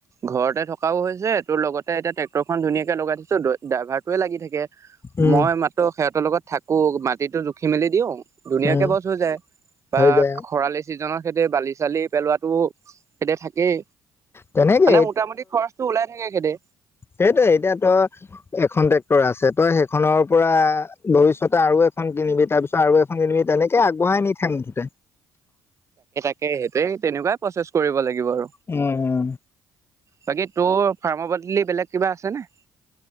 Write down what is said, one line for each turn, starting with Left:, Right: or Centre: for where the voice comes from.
Right: ঘৰতে থকাও হৈছে তোৰ লগতে এতিয়া ট্ৰে্টৰখন ধুনীয়াকে লগাই থৈছে ড্ৰাইভাৰটোৱে লাগি থাকে
Left: উম
Right: মই মাত্ৰ সিহঁতৰ লগত থাকো মাটিতো জুখি মেলি দিওঁ ধুনীয়াকে
Left: উম
Right: বচ হৈ যায় বা
Left: হৈ যায় আৰু
Right: খৰালি সিজনৰ সেহতে বালি চালি পেলোৱাতো সিহঁতে থাকেই।
Left: তেনেকে
Right: মানে মোটামুটি খৰচটো ওলাই থাকেখেতে।
Left: সেইটোয়ে এতিয়া তই এখন ট্ৰেক্টৰ আছে তই সেইখনৰ পৰা ভবিষ্যতে আৰু এখন কিনিবি তাৰপিছত আৰু এখন কিনিবি তেনেকে আগবঢ়াই নি থাক মুঠতে
Right: এই সেইটোৱে তেনেকুৱাই প্ৰচেছ কৰিব লাগিব। আৰু
Left: উম-উম।
Right: বাকী তোৰ ফাৰ্ম পলি বেলেগ কিবা আছেনে।